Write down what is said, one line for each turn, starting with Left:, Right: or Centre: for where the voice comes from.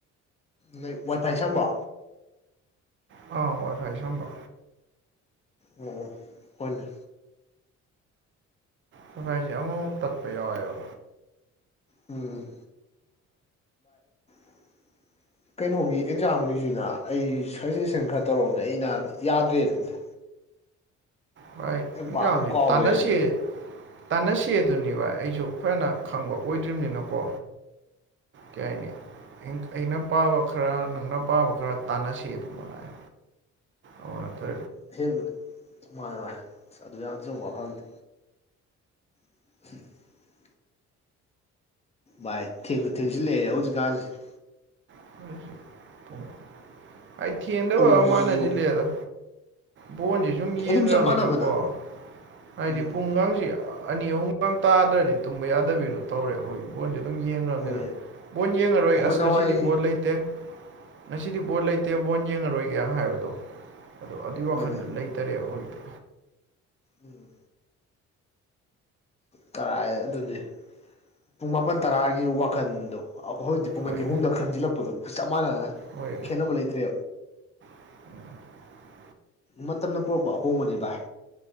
Left: ꯅꯣꯏ ꯋꯥꯏ ꯐꯥꯏ ꯁꯦꯝꯕ
Right: ꯑꯥ ꯋꯥꯏ ꯐꯥꯏ ꯁꯦꯝꯕ
Left: ꯑꯣ ꯑꯣ ꯍꯣꯏꯅꯦ
Right: ꯀꯈꯥꯏꯁꯦ ꯑꯃꯨꯐꯥꯎ ꯇꯠꯄ ꯌꯥꯎꯋꯦꯕ
Left: ꯎꯝ <inaudible> ꯀꯩꯅꯣꯒꯤ ꯑꯦꯛꯖꯥꯝꯒꯤꯁꯤꯅ ꯑꯩ ꯁꯖꯦꯁꯟ ꯈꯔ ꯇꯧꯔꯝꯅꯦ ꯑꯩꯅ ꯌꯥꯗ꯭ꯔꯦ ꯑꯗꯨꯝꯇ
Right: ꯚꯥꯏ ꯑꯩꯒꯁꯤ
Left: ꯕꯥꯛ ꯑꯃ ꯀꯥꯎ
Right: ꯇꯥꯟꯅꯁꯤ
Left: ꯂꯩꯔꯦꯅꯦ
Right: ꯇꯥꯟꯅꯁꯤ ꯑꯗꯨꯅꯦꯕ ꯑꯩꯁꯨ ꯐꯅ ꯈꯪꯕ ꯑꯣꯏꯗ꯭ꯔꯤꯕꯝꯅꯤꯅꯀꯣ ꯀꯌꯥꯥꯏꯅꯤ ꯑꯩꯅ ꯄꯥꯕ ꯈꯔ ꯅꯪꯅ ꯄꯥꯕ ꯈꯔ ꯇꯥꯟꯅꯁꯤ ꯑꯗꯨ ꯃꯉꯥꯏ ꯑꯃꯅ ꯇ
Left: ꯑꯍꯦꯟꯕꯗꯉꯥꯏ ꯃꯥꯥꯏ ꯑꯁ ꯑꯗꯨ ꯌꯥꯎꯗꯕ ꯋꯥꯐꯝꯗꯤ <unintelligible> ꯚꯥꯏ ꯊꯦꯡꯁꯨ ꯊꯦꯡꯖꯤꯜꯂꯛꯑꯦ ꯍꯧꯖꯤꯛꯀꯥꯟꯁꯦ
Right: <unintelligible> ꯑꯩ ꯊꯦꯟꯗꯕꯩ
Left: ꯄꯨꯡꯁꯤꯁꯨ
Right: ꯑꯣꯏꯔ ꯃꯥꯟꯂꯦ ꯑꯁꯤꯂꯩꯌꯦꯗ ꯕꯣꯟꯁꯦ ꯁꯨꯝ ꯌꯦꯡꯈ꯭ꯔꯕꯅꯤꯅꯀꯣ
Left: ꯑꯗꯨꯝ ꯆꯞ ꯃꯥꯟꯅꯕꯗꯣ
Right: ꯍꯥꯏꯗꯤ
Left: ꯎꯝ
Right: ꯄꯨꯡꯒꯥꯡꯁꯦ ꯑꯅꯤ ꯑꯍꯨꯝꯒ ꯇꯥꯗ꯭ꯔꯗꯤ ꯇꯨꯝꯕ ꯌꯥꯗꯕꯤꯗꯣ ꯇꯧꯔꯦ ꯍꯧꯖꯤꯛ ꯕꯣꯟꯁꯦ ꯑꯗꯨꯝ ꯌꯦꯡꯈ꯭ꯔꯕꯅꯤꯅ
Left: ꯃꯣꯏ
Right: ꯕꯣꯟ ꯌꯦꯡꯉꯔꯣꯏ
Left: ꯑꯩꯈꯣꯏ
Right: ꯑꯁ
Left: ꯅꯍꯥꯟꯋꯥꯏ
Right: ꯉꯁꯤꯗꯤ ꯕꯣꯟ ꯂꯩꯇꯦ ꯉꯁꯤꯗꯤ ꯕꯣꯟ ꯂꯩꯇꯦ ꯕꯣꯟ ꯌꯦꯡꯉꯔꯣꯏꯒꯦ ꯍꯥꯏꯕꯗꯣ ꯑꯗꯣ ꯑꯗꯨꯏ ꯋꯥꯈꯟꯗꯣ
Left: ꯍꯣꯏꯅꯦ
Right: ꯂꯩꯇꯔꯦꯕ ꯍꯧꯖꯤꯛꯇꯤ
Left: ꯎꯝ ꯇꯔꯥꯏ ꯑꯗꯨꯅꯤ ꯄꯨꯡ ꯃꯥꯄꯟ ꯇꯔꯥꯒꯤ ꯋꯥꯈꯟꯗꯣ ꯑꯈꯣꯏ <unintelligible> ꯄꯨꯡ
Right: ꯍꯣꯏ
Left: ꯑꯅꯤ ꯑꯍꯨꯝꯗ ꯈꯟꯖꯤꯜꯂꯛꯄꯗꯣ ꯆꯞ ꯃꯥꯟꯅꯅ
Right: ꯍꯣꯏ
Left: ꯈꯦꯠꯅꯕ ꯂꯩꯇ꯭ꯔꯦ
Right: <unintelligible>
Left: ꯃꯇꯝꯅ ꯄꯣꯔꯛꯄ ꯑꯍꯣꯡꯕꯅꯤ ꯚꯥꯏ